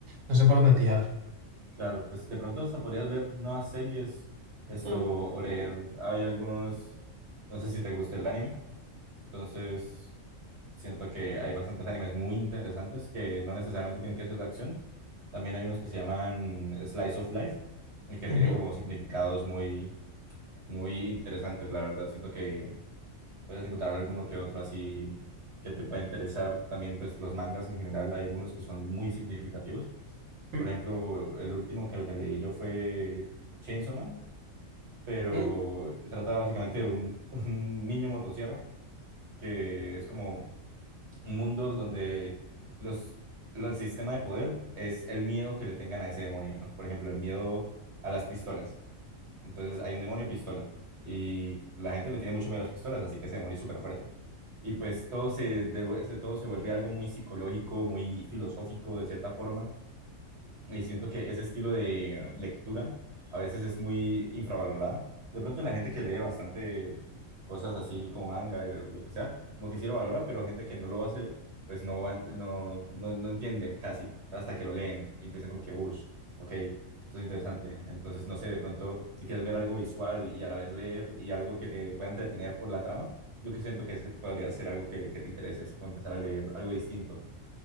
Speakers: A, on the right; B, on the right.
A: no sé por dónde tirar.
B: Claro, pues de pronto hasta podrías ver nuevas series, esto,
A: Mm,
B: o leer, hay algunos, no sé si te gusta el anime, entonces siento que hay bastantes animes muy interesantes que no necesariamente tienen que ser de acción, también hay unos que se llaman Slice of Life y que
A: ujú,
B: tienen como significados muy, muy interesantes, la verdad, siento que puedes encontrar alguno que otro así que te pueda interesar. También, pues, los mangas en general, hay algunos que son muy significativos.
A: mm,
B: Por ejemplo, el último que me leí yo fue Chainsaw Man, pero
A: mm.
B: trata básicamente de un, <laughs> un niño motosierra, que es como un mundo donde los, los sistema de poder es el miedo que le tengan a ese demonio. ¿no? Por ejemplo, el miedo a las pistolas. Entonces hay un demonio pistola y la gente le tiene mucho miedo a las pistolas, así que ese demonio es súper fuerte. Y pues todo se, de- se- todo se vuelve algo muy psicológico, muy filosófico de cierta forma, y siento que ese estilo de lectura a veces es muy infravalorada. De pronto la gente que lee bastante cosas así como manga y lo lo que sea, como que sí lo valora, pero gente que no lo hace, pues no, va- no, no, no entiende casi hasta que lo leen y empiezan como que, uff, ok, eso es interesante. Entonces, no sé, de pronto si quieres ver algo visual y a la vez leer y algo que te pueda entretener por la trama, yo que siento que ese podría ser algo que, que te interese, así como empezar a leer algo distinto.